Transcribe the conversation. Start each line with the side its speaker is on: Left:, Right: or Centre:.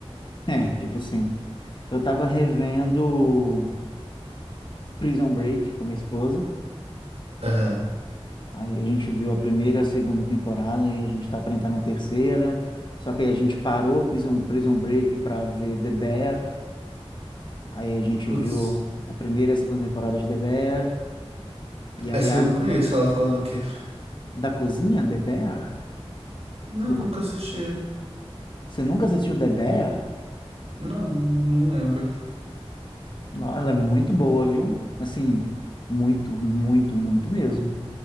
Left: É, tipo sempre. Eu tava revendo Prison Break com minha esposa.
Right: Aham.
Left: Aí a gente viu a primeira e a segunda temporada e a gente está para entrar na terceira. Só que aí a gente parou Prison, Prison Break para ver The Bear. Aí a gente
Right: Putz,
Left: viu a primeira e a segunda temporada de The Bear. E aí
Right: essa
Left: agora,
Right: eu não conheço, ela fala do quê?
Left: da cozinha, The Bear?
Right: Não,
Left: Do
Right: nunca
Left: co-
Right: assisti.
Left: Você nunca assistiu The Bear?
Right: Não, não, não lembro.
Left: Não, ela é muito boa, viu? Assim, muito, muito, muito mesmo.